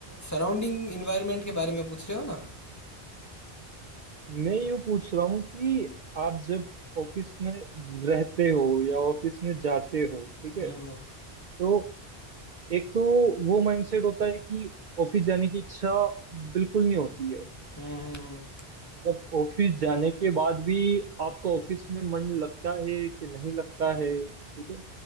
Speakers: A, on the left; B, on the right.
A: सराउंडिंग इन्वायरमेंट के बारे में पूछ रहे हो ना
B: मैं यूं पूछ रहा हूँ कि आप जब ऑफिस में रहते हो या ऑफिस में जाते हो ठीक है
A: हम्म हम्म
B: तो एक तो वो माइंडसेट होता है कि ऑफिस जाने की इच्छा बिल्कुल नहीं होती है
A: हम्म हम्म हम्म।
B: मतलब ऑफिस जाने के बाद भी आपका ऑफिस में मन लगता है कि नहीं लगता है ठीक है